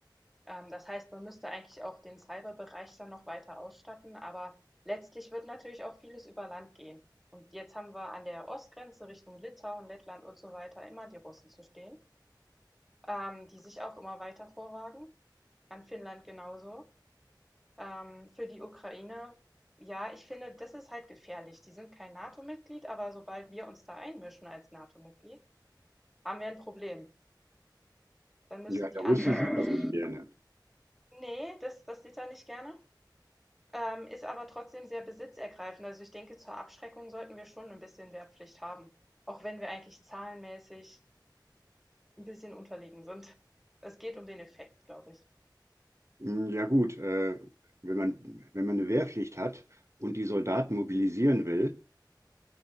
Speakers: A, in the centre; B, on the right (about 40°).
A: Ähm, das heißt, man müsste eigentlich auch den Cyberbereich dann noch weiter ausstatten. Aber letztlich wird natürlich auch vieles über Land gehen. Und jetzt haben wir an der Ostgrenze Richtung Litauen, Lettland und so weiter immer die Russen zu stehen, ähm, die sich auch immer weiter vorwagen. An Finnland genauso. Ähm, für die Ukraine, ja, ich finde, das ist halt gefährlich. Die sind kein NATO-Mitglied, aber sobald wir uns da einmischen als NATO-Mitglied, haben wir ein Problem. Dann müssen
B: Ja, der
A: die
B: Russe
A: anderen.
B: sieht das nicht
A: <laughs>
B: gerne.
A: Nee, das, das sieht er nicht gerne. Ähm, ist aber trotzdem sehr besitzergreifend. Also ich denke, zur Abschreckung sollten wir schon ein bisschen Wehrpflicht haben. Auch wenn wir eigentlich zahlenmäßig ein bisschen unterlegen sind. Es geht um den Effekt, glaube ich.
B: Hm, Ja gut, äh, wenn man, wenn man eine Wehrpflicht hat und die Soldaten mobilisieren will,